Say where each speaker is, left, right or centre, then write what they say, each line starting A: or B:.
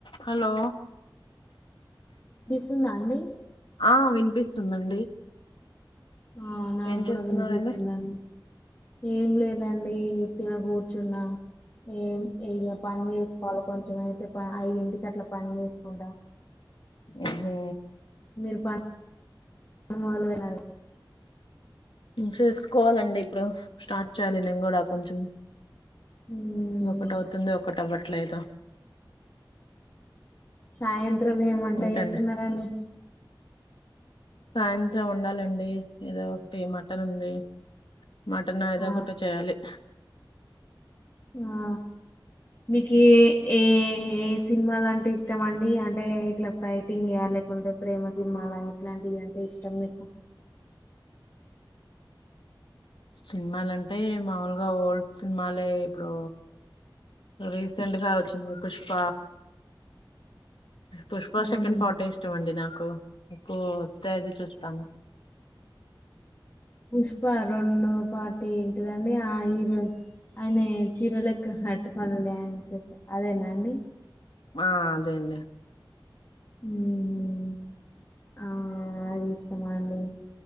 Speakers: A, on the left; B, on the left.
A: Hello
B: స్తుందా అండి
A: ఆ వినిపిస్తుందండి
B: ఆ నాకు
A: ఏం
B: కూడా
A: చేస్తున్నారండి
B: వినిపిస్తుందడి ఏం లేదండి తినకూడ కూర్చున్నా ఏ ఇగ పని చేేసుకోవాలి కొంచెం అయితే ఐదింటికి అలా పని చేసుకుంటా
A: హ్మ్ హు
B: మీరు పని మొదలు పెనారు
A: చూసుకోవాలండి ఇప్పుడు స్టార్ట్ చేయాలి నేను కూడా కొంచెం
B: మ్మ్
A: ఇదొకటి అవుతుంది ఒకటి అవట్ ట్లేదా
B: సాయంత్ ం త్రం ఏం వంట
A: అంతేండి
B: చేస్తున్నారడి
A: సాయంత్రం వొండాలండి ఏదో ఒకటి మటన్ ఉంది మటన్ ఏదో
B: ఆ
A: ఒకటి చేయాలి
B: ఆ మీకు ఏ ఏ సినిమాలంటే ఇష్టం అండి అంటే ఇట్లా ఫైటింగ్ ఏ లేకుంటే ప్రేమ సినిమాాల ఎట్లాంటి అంటే ఇష్టం మీకు
A: సినిమాలంటే మాముూలుగా ఓల్డ్ సినిమాలే ఇప్పుడు రీసెంట్గా వచ్చింది పుష్ప పుష్ప
B: మ్మ్.
A: సెకండ్ పార్ట్ ఎ ఇష్టంమండి నాకు కు నాకు తేదీ చూస్తాను
B: పుష్ప రెండు పాటి ఎంటి ద అ ఆ ఈరో ఆయన చీరలక్క కట్టుకోని డాన్స్ అదేనా అండి
A: ఆ అదే అండి
B: హ్మ్ హ్మ్ ఆ అది ఇష్టం డి